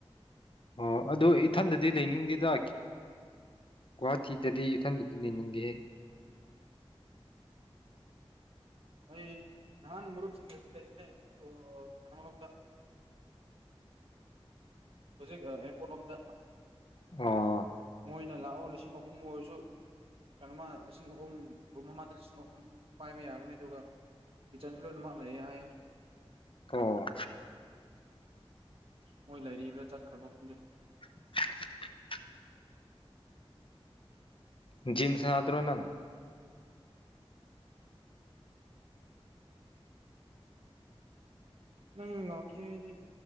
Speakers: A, on the left (about 60°); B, on the right (about 70°).
A: ꯑꯣ ꯑꯗꯨꯗꯣ ꯏꯊꯟꯗꯗꯤ ꯂꯩꯅꯤꯡꯗꯦꯗ ꯒꯨꯍꯥꯇꯤꯗꯗꯤ ꯏꯊꯟꯗꯗꯤ ꯂꯩꯅꯤꯡꯗꯦ
B: ꯑꯩꯣꯏ ꯅꯥꯟ ꯃꯔꯨꯛꯁꯤ ꯂꯩꯂ ꯏꯅꯦ ꯑꯗꯨ ꯀꯟꯃꯔꯗ ꯍꯧꯖꯤꯛ ꯑꯦꯔꯄꯣꯔꯠ ꯂꯣꯝꯗ
A: ꯑꯣ
B: ꯃꯣꯏꯅ ꯂꯥꯛꯑꯣ ꯂꯤꯁꯤꯡ ꯑꯍꯨꯝ ꯑꯣꯏꯔꯁꯨ ꯀꯩꯅꯣꯃ ꯂꯤꯁꯤꯡ ꯑꯍꯨꯝ ꯔꯨꯝ ꯑꯃꯗ ꯂꯤꯁꯤꯡ ꯑꯍꯨꯝ ꯄꯥꯏꯕ ꯌꯥꯒꯅꯤ ꯑꯗꯨꯒ ꯀꯤꯠꯆꯟꯁꯨ ꯂꯣꯏꯅꯃꯛꯥꯛꯂꯑꯦ ꯍꯥꯏ
A: ꯑꯣ
B: ꯃꯣꯏ ꯂꯩꯔꯤꯕ꯭ꯔꯥ ꯆꯠꯈ꯭ꯔꯕ ꯈꯪꯗꯦ
A: <inaudible> ꯖꯤꯝ ꯁꯅꯥꯗ꯭ꯔꯣ ꯅꯪ
B: ꯅꯪ ꯂꯄꯤꯗꯤ